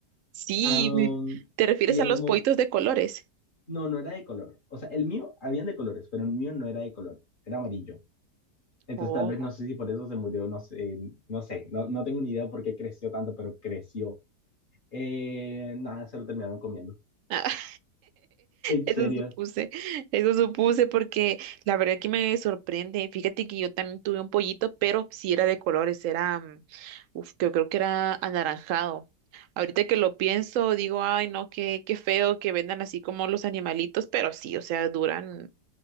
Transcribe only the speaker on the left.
Am,
y
en
un momento,
no, no era de color. O sea, el mío, habían de colores, pero el mío no era de color, era amarillo. Entonces
tal vez no sé si por eso se murió, no sé, no sé, no, no tengo ni idea por qué creció tanto, pero creció. Eh, nada, se lo terminaron comiendo.
En
serio,